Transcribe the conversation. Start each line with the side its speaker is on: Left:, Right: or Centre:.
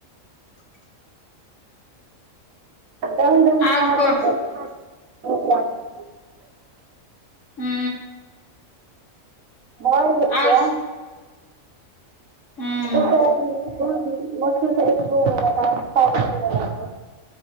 Right: दही दही
Left: ओर
Right: खाना
Left: कहु
Right: दैत रहथिन बहुत बढ़ियां
Left: हू
Right: भऽ गेल छै
Left: और स
Right: आब
Left: हू
Right: दू <unintelligible> <inaudible> साउस